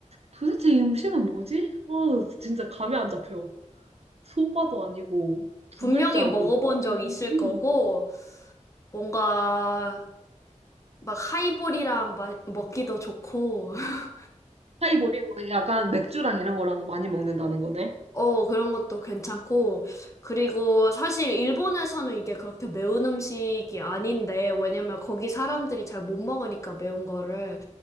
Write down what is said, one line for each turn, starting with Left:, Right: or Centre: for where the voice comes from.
Right: 도대체 이 음식은 뭐지? 아, 진짜 감이 안 잡혀. 소바도 아니고, 두
Left: 분명히
Right: 글자고,
Left: 먹어본 적
Right: 일본이고.
Left: 있을 거고, 뭔가, 막 하이볼이랑 마- 먹기도 좋고, <laughs>
Right: 하이볼이고, 약간 맥주랑 이런 거랑 많이 먹는다는 거네.
Left: 어, 그런 것도 괜찮고, 그리고 사실 일본에서는 이게 그렇게 매운 음식이 아닌데, 왜냐면 거기 사람들이 잘 못 먹으니까 매운 거를,